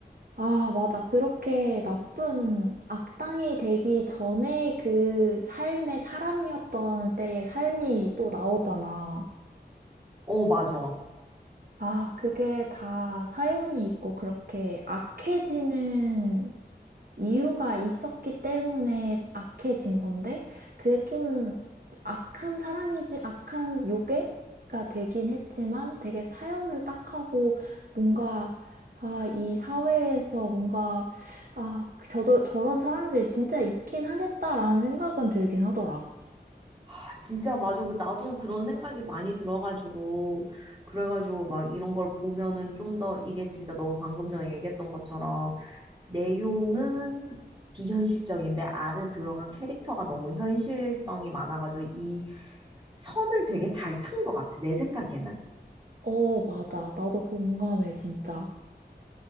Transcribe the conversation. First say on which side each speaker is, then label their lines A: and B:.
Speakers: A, on the right; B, on the right.
A: 아, 맞아. 그렇게 나쁜 악당이 되기 전에 그 삶의 사람이었던 때의 삶이 또 나오잖아.
B: 어, 맞아.
A: 아, 그게 다 사연이 있고 그렇게 악해지는 이유가 있었기 때문에 악해진 건데, 그게 좀 악한 사람이지, 악한 요괴가 되긴 했지만, 되게 사연은 딱하고, 뭔가, 아, 이 사회에서 뭔가, 아, 저 저, 저런 사람들이 진짜 있긴 하겠다라는 생각은 들긴 하더라.
B: 아, 진짜 맞아. 그 나도 그런 생각이 많이 들어가지고 그래가지고 막 이런 걸 보면은 좀 더 이게 진짜 너 방금 전에 얘기했던 것처럼 내용은 비현실적인데 안에 들어간 캐릭터가 너무 현실성이 많아가지고 이 선을 되게 잘 탄 것 같아. 내 생각에는.
A: 어, 맞아. 나도 공감해, 진짜.